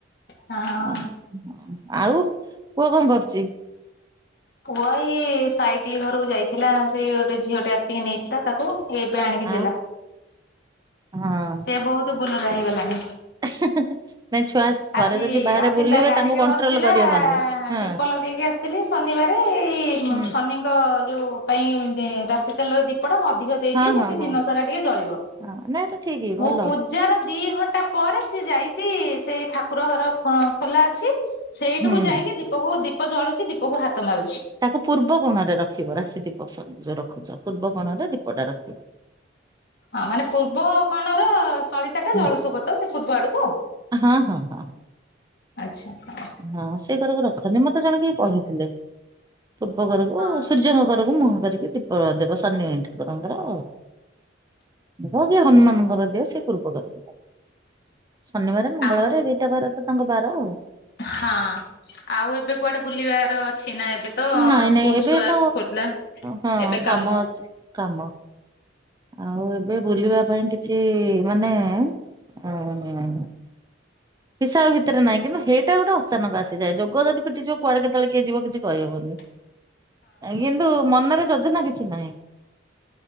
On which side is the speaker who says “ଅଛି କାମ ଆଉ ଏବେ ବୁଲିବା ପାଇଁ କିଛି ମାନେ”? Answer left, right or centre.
Right